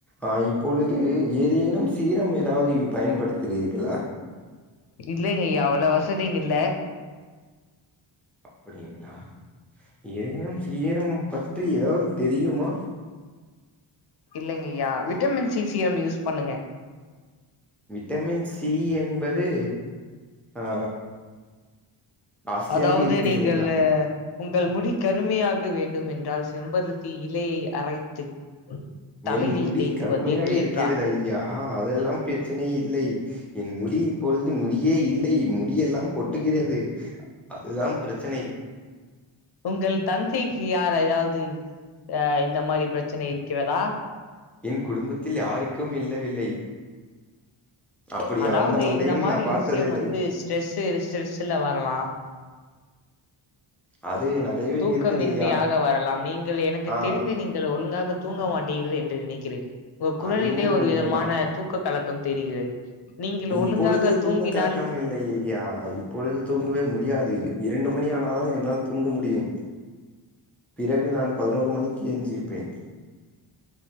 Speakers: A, in the centre; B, on the left.
A: ஆ இப்பொழுது ஏதேனும் சீரம் ஏதாவது பயன்படுத்து கிறீர்களா
B: இல்லைங்கய்யா அவ்ளா வசதி இங்கில்ல
A: அப்டிங்ளா ஏதேனும் சீரம் பற்றி எதாவது தெரியுமா
B: இல்லைங்கய்யா விட்டமின் சி சீரம் யூஸ் பண்ணுங்க
A: விட்டமின் சி என்பது ஆ காஸ்ட்லியாக
B: அதாவது
A: இருக்கிறது
B: நீங்கள்
A: ஐயா
B: உங்கள் முடி கருமையாக வேண் டும் என்றால் செம்பருத்தி இலையை அரைத்து தலையில்
A: என் முடி
B: தேய்த்து
A: கருமையாக
B: வந்தீர்கள்
A: இருக்கிறது
B: என்றால்
A: ஐயா அதெல்லா பிரச்சனை இல்லை என் முடி இப்பொழுது முடியே இல்லை முடியெல்லாம் கொட்டுகிறது அதுதா பிரச்சனை
B: உங்கள் தந்தைக்கு யார் அதாவது அ இந்த மாரி பிரச்சனை இருக்கிறதா
A: என் குடும்பத்தில் யாருக்கும் இல்லவில்லை அப்படி
B: அதாவது
A: அந்த மண்டையும்
B: இந்த மாரி
A: நான் பார்த்ததில்லை
B: விஷயம் வந்து ஸ்ட்ரெஸ் வந்து ஸ்ட்ரெஸ்ல வரலா
A: அது நெறையவே
B: தூக்கமின்மையாக
A: இருக்குது ஐயா
B: வரலாம் நீங்கள் எனக்கு
A: ஆ
B: தெரிந்து நீங்கள் ஒழுங்கா தூங்க மாட்டீர்கள் என்று நினைக்கிறேன் உங்க குரலிலே
A: அதுவும்
B: ஒரு
A: உண்மைதான்
B: விதமான தூக்க கலக்கம் தெரிகிறது நீங்கள்
A: இப்பொழுது
B: ஒழுங்காக
A: தூக்க
B: தூங்கினால்
A: கலக்கம் இல்லையே ஐயா இப்பொழுது தூங்கவே முடியாது இரண்டு மணி ஆனா தான் என்னால் தூங்க முடியும் பிறகு நான் பதினோரு மணிக்கு எஞ்சிப்பேன்